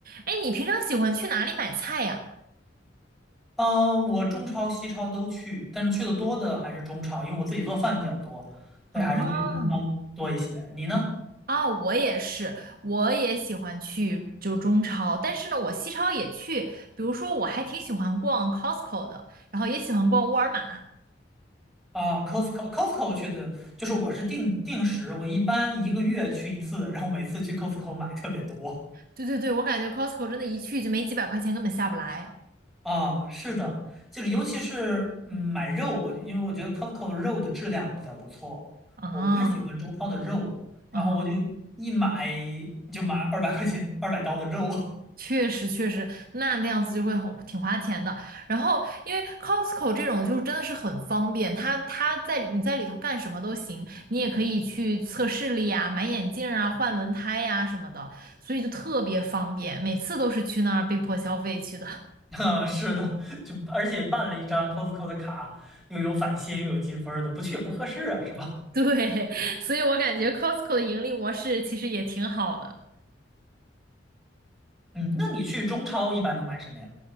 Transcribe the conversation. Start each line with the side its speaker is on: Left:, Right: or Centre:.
Right: 哎，你平常喜欢去哪里买菜呀？
Centre: 呃，我中超、西超都去，但是去的多的还是中超，因为我自己做饭比较多，所以还是去中超多一些。
Right: 啊，
Centre: 你呢？
Right: 哦，我也是，我也喜欢去就中超，但是呢，我西超也去，比如说我还挺喜欢逛 Costco 的，然后也喜欢逛沃尔玛。
Centre: 啊，Costco，Costco 去的，就是我是定定时，我一般一个月去一次，然后每次去 Costco 买特别多。
Right: 对对对，我感觉 Costco 真的，一去就没几百块钱，根本下不来。
Centre: 啊，是的，就是尤其是嗯买肉，我因为我觉得 Costco 肉的质量比较不错，
Right: 啊
Centre: 我不太喜欢中超的肉，然后我就一买
Right: 啊！
Centre: 就买二百块钱二百刀的肉，
Right: 确实确实，那那样子就会很挺花钱的。然后，因为 Costco 这种就是真的是很方便，它它在你在里头干什么都行，你也可以去测视力呀、买眼镜啊、换轮胎呀、什么的，所以就特别方便。每次都是去那儿被迫消费去的，
Centre: <laughs> 啊，是的，就而且办了一张 Costco 的卡，又有返现又有积分儿的，不去也不合适啊，是吧？
Right: <laughs> 对，所以我感觉 Costco 的盈利模式其实也挺好的。
Centre: 嗯，那你去中超一般都买什么呀？